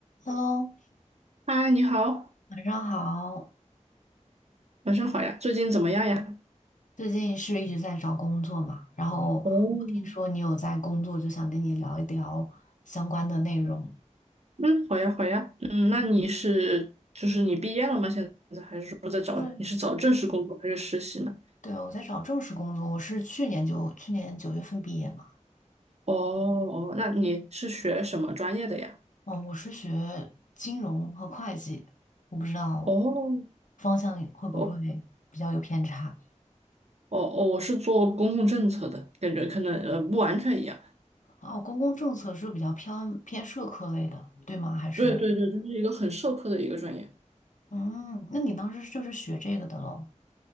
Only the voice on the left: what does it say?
Hello，
晚上好。
最近是一直在找工作嘛，然后我听说你有在工作，
就想跟你聊一聊相关的内容。
对，对，我在找正式工作，我是去年就去年九月份毕业嘛。
嗯，我是学金融和会计，我不知道
方向会不会比较有偏差。
哦，公共政策是比较偏偏社科类的，对吗？还是
嗯，那你当时就是学这个的喽？